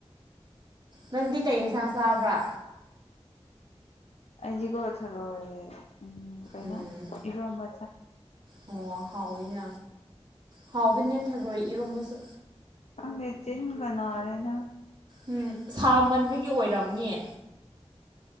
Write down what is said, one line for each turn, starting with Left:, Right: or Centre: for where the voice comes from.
Right: ꯅꯪꯗꯤ ꯀꯩ ꯌꯦꯟꯁꯥꯡ ꯆꯥꯕ꯭ꯔꯥ
Left: ꯑꯩꯗꯤ ꯀꯣꯊꯔꯣꯏꯦ ꯎꯝ ꯀꯩꯅꯣ
Right: ꯎꯝ
Left: ꯏꯔꯣꯟꯝꯕ
Right: ꯑꯣ ꯍꯥꯎꯋꯤꯅꯦ ꯍꯥꯎꯕꯅꯦ ꯊꯔꯣꯏ ꯏꯔꯣꯝꯕꯁꯨ
Left: ꯀꯪꯦ ꯆꯤꯟꯒꯅꯔꯦꯅ
Right: ꯎꯝ ꯁꯥ ꯃꯟꯕꯒꯤ ꯑꯣꯏꯔꯝꯅꯤꯌꯦ